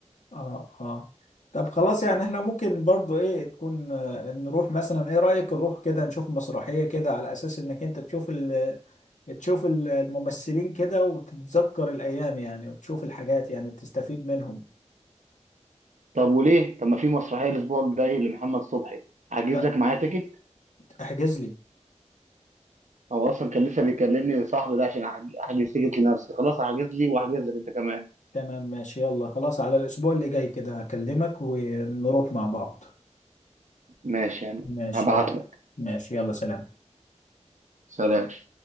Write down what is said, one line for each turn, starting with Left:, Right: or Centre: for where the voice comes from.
Left: اه اه طب خلاص يعني احنا ممكن برضو ايه تكون آه، نروح مثلا ايه رأيك نروح كده نشوف مسرحية كده على اساس انك انت تشوف ال تشوف ال- الممثلين كده وتتذكر الايام يعني وتشوف الحاجات يعني تستفيد منهم
Right: طب وليه طب ما في مسرحيه الاسبوع الجاي لمحمد صبحي هحجز
Left: طب
Right: لك معايا تيكت
Left: احجز لي
Right: هو اصلا كان لسه بيكلمني صاحبي ده عشان احجز أحجز تيكت لنفسي خلاص هحجز لي واحجز لك انت كمان
Left: تمام ماشي يلا خلاص على الاسبوع اللي جاي كده هكلمك ونروح مع بعض
Right: ماشي يعني
Left: ماشي
Right: هبعت
Left: يلا
Right: لك
Left: ماشي يلا سلام
Right: سلام